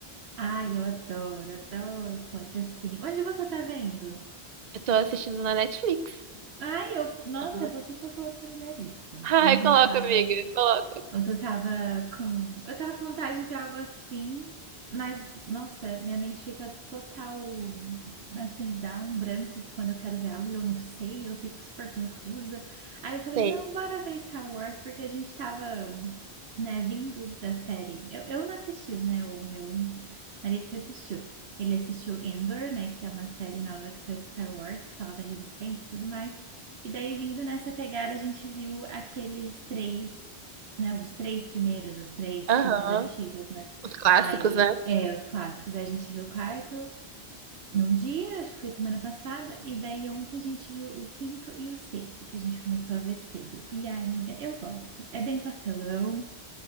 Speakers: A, on the right (about 75°); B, on the right (about 45°).
A: Ai, eu adoro, adoro plot assim. Onde você tá vendo?
B: Eu tô assistindo na Netflix.
A: Ai, eu, nossa,
B: Uhum.
A: eu vou super colocar na minha lista.
B: Ai,
A: Ontem
B: coloca,
A: eu tava,
B: amiga, coloca.
A: Ontem eu tava com. Eu tava com vontade de ver algo assim, mas, nossa, minha mente fica total. Assim, dá um branco quando eu quero ver algo e eu não sei, eu fico super confusa. Aí eu falei,
B: Tem.
A: não, bora ver Star Wars, porque a gente tava, né, vindo da série. Eu, eu não assisti, né? O meu marido que assistiu. Ele assistiu Endor, né? Que é uma série nova que saiu de Star Wars, que fala da resistência e tudo mais. E daí, vindo nessa pegada, a gente viu aqueles três né, os três primeiros, os três
B: Aham.
A: filmes antigos, né?
B: Os clássicos,
A: Aí,
B: né?
A: é, os clássicos. Aí A gente viu o quarto num dia, acho que foi semana passada, e daí ontem a gente viu o quinto e o sexto, que a gente começou a ver cedo. E ai, amiga, eu gosto. É bem pastelão,